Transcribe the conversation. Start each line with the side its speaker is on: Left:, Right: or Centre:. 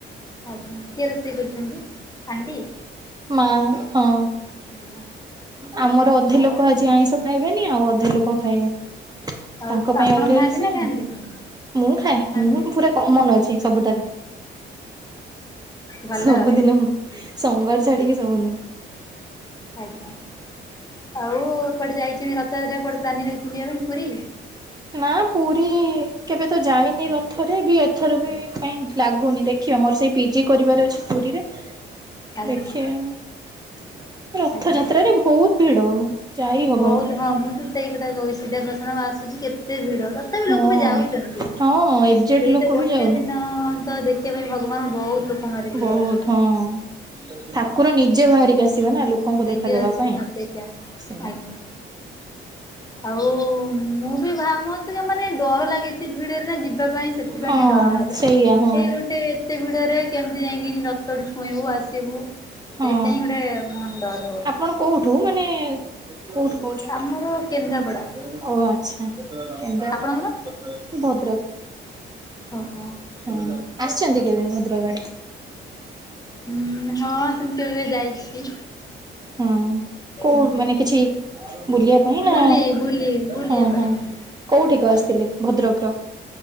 Left: ଆଜ୍ଞା କିଏ ରୋଷେଇ କରୁଛନ୍ତି ଆଣ୍ଟି?
Right: ମା ହଁ।
Left: ଆଜ୍ଞା
Right: ଆମର ଅଧେ
Left: ଆଉ
Right: ଲୋକ ଆଜି ଆଇଁଷ ଖାଇବେନି ଆଉ ଅଧେ ଲୋକ ଖାଇବେ।
Left: ଆଉ
Right: ତାଙ୍କ ପାଇଁ
Left: ଆପଣ
Right: ଅଲଗା
Left: ଖାଆନ୍ତି
Right: ର ସେ
Left: ନା ଖାଆନ୍ତିନି?
Right: ମୁଁ ଖାଏ
Left: ନନଭେଜ
Right: ମୁଁ ପୁରା କମନ ଅଛି। ସବୁଠାରେ।
Left: ଭଲ
Right: ସବୁଦିନ
Left: ଆଉ
Right: ସୋମବାର ଛାଡିକି ସବୁଦିନ।
Left: ଆଜ୍ଞା। ଆଉ କୁଆଡେ ଯାଇଛନ୍ତି ରଥଯାତ୍ରା କୋଡେ ପାନ ପି ଯିବା ପାଇଁ ପୁରୀ?
Right: ନା ପୁରୀ କେବେ ତ ଯାଇନି ରଥରେ ବି ଏଥର ବି କାଇଁ ଲାଗୁନି ଦେ ଖିଆ ମୋର ସେଇ ପିଜି କରିବାର ଅଛି ପୁରୀରେ
Left: ଆଜ୍ଞା
Right: ଦେଖିବା ରଥଯାତ୍ରାରେ
Left: ଆଜ୍ଞା।
Right: ବହୁତ ଭିଡ ଯାଇ ହବନି।
Left: ବହୁତ ହଁ ମୁଁ ତ ସେ ସେଇ କଥା ସିଧା ପ୍ରସନ ଆସୁଛି କେତେ ଭିଡ ତଥାପି
Right: ହଁ।
Left: ଲୋକ ବି ଯାଉଛନ୍ତି।
Right: ହଁ ଏଜେଡ୍
Left: ସେଇ
Right: ଲୋକ
Left: ତ ଗୋଟେ
Right: ବି ଯାଉ
Left: ଦିନ ତ ଦେଖିବା ପାଇଁ ଭଗବାନ ବହୁତ ଲୋକଙ୍କ ଭାରି ଭିଡ।
Right: ବହୁତ ହଁ ଠାକୁର ନିଜେ ବାହାରିକି ଆସୁ ଥିବେ ନା ଲୋକଙ୍କୁ
Left: ବିଜି
Right: ଦେଖାଦବା
Left: ଅଛି
Right: ପାଇଁ
Left: ହଁ ସେଇଟା
Right: ସେ
Left: ଆଜ୍ଞା। ଆଉ ମୁଁ ବି ଭାବତ ମାନେ ଡର ଲାଗେ ଏତ ଭିଡରେ ନା ଯିବା ପାଇଁ। ସେଥିପାଇଁ
Right: ହଁ
Left: ଟିକେ ଡର ଲାଗେ
Right: ସେଇଆ ହଁ
Left: ଏଇ ଗୋଟେ ଏତେ ଭିଡରେ କେମିତି ଯାଇକି ଟୁ ଛୁଇଁବୁ ଆସିବୁ
Right: ହଁ।
Left: ସେଇଟା ହିଁ ଗୋଟେ ମ ଡର ହ
Right: ଆପଣ କୋଉଠୁ ମାନେ କୋଉଠୁ କହୁଛନ୍ତି?
Left: ଆମର କେନ୍ଦ୍ରାପଡା
Right: ଓ ଆଚ୍ଛା କେନ୍ଦ୍ରାପଡା
Left: ଆପଣଙ୍କର?
Right: ମୁଁ ଭଦ୍ରକ।
Left: ଓହୋ।
Right: ହୁଁ ଆସିଛନ୍ତି କେବେ ଭଦ୍ରକ ଆଡେ?
Left: ହୁଁ ହଁ ସେମିତିବେ ଯାଇଛି।
Right: ହଁ କୋଉ
Left: ଏମତି।
Right: ମାନେ କିଛି ବୁଲିବା ପାଇଁ ନା?
Left: ବୁଲି ବୁଲି ବୁଲିବା
Right: ହଁ
Left: ପାଇଁ
Right: ହଁ।
Left: ଏମିତି
Right: କୋଉଠିିକ ଆସିଥିଲେ
Left: ଆଜ୍ଞା।
Right: ଭଦ୍ରକର?